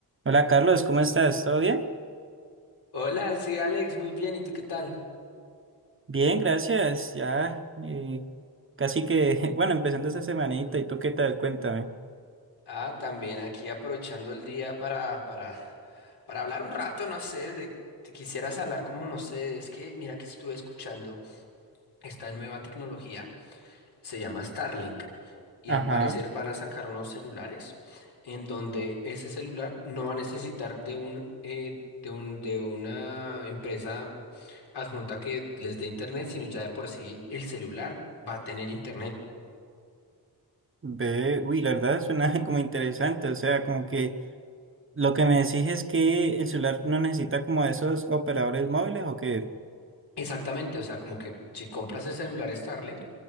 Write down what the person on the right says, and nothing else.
Hola Carlos, ¿cómo estás? ¿Todo bien?
Bien, gracias. Ya eh, casi que, <laughs> bueno, empezando esta semanita. ¿Y tú qué tal? Cuéntame.
Ajá.
Ve, uy, la verdad suena <laughs> como interesante. O sea, como que lo que me decís es que el celular no necesita como esos operadores móviles o que,